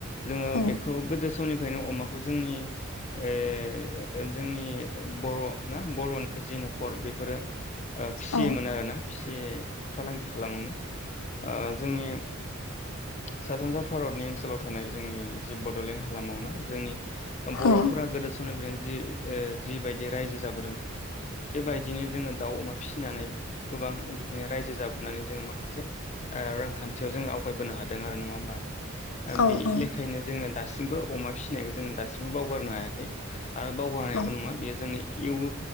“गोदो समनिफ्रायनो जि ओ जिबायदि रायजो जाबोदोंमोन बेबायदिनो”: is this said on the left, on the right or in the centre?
Left